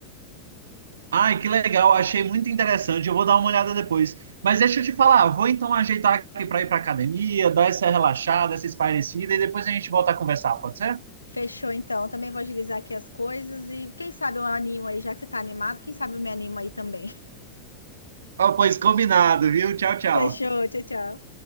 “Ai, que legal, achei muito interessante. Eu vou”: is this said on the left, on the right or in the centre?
Right